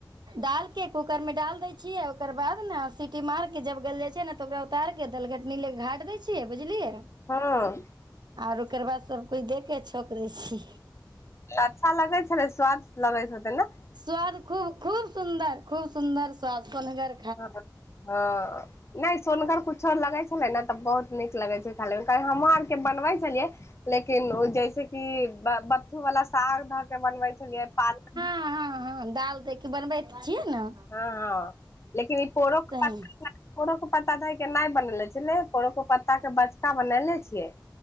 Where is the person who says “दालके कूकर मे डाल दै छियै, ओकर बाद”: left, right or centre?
Right